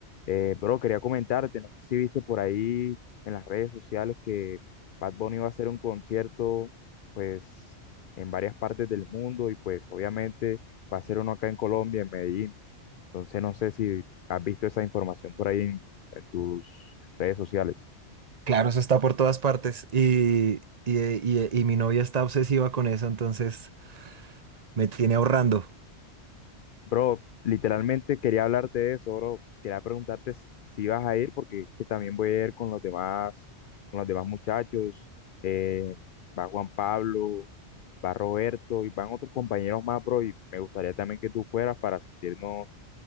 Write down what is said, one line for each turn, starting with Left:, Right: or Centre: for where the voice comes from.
Left: Eh, bro, quería comentarte, no sé si viste por ahí en las redes sociales que Bad Bunny va a hacer un concierto, pues, en varias partes del mundo y pues obviamente va a ser uno acá en Colombia, en Medellín. Entonces no sé si has visto esa información por ahí en en tus redes sociales.
Right: Claro, eso está por todas partes. Y, y, y- y mi novia está obsesiva con eso, entonces me tiene ahorrando.
Left: Bro, literalmente quería hablarte de eso, bro. Quería preguntarte s- si ibas a ir, porque es que también voy a ir con los demás, con los demás muchachos. Eh, va Juan Pablo, va Roberto y van otros compañeros más, bro. Y me gustaría también que tú fueras para sentirnos,